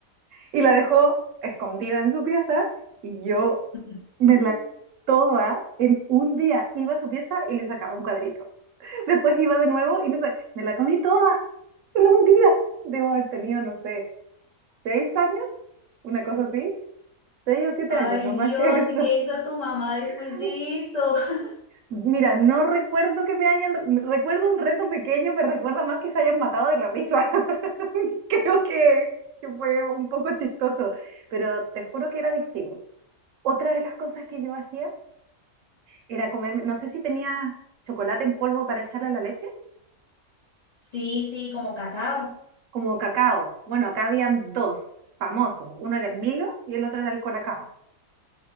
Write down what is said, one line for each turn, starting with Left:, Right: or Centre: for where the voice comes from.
Right: y la dejó escondida en su pieza y yo
Left: <laughs>
Right: me la toda en un día. Iba a su pieza y le sacaba un cuadrito. Después iba de nuevo y le sacaba, me la comí toda en un día. Debo haber tenido, no sé, seis años, una cosa así. Seis o siete
Left: Ay,
Right: años, no más
Left: Dios,
Right: que eso.
Left: ¿y qué hizo tu mamá después
Right: <laughs>
Left: de eso? <laughs>
Right: Mira, no recuerdo que me hayan, recuerdo un reto pequeño, pero recuerdo más que se hayan matado de la risa. <laughs> Creo que, que fue un poco chistoso, pero te juro que era adictivo. Otra de las cosas que yo hacía era comerme, no sé si tenía chocolate en polvo para echarle a la leche,
Left: Sí, sí, como cacao.
Right: como cacao. Bueno, acá habían dos famosos, uno era el Milo y el otro era el Colacao.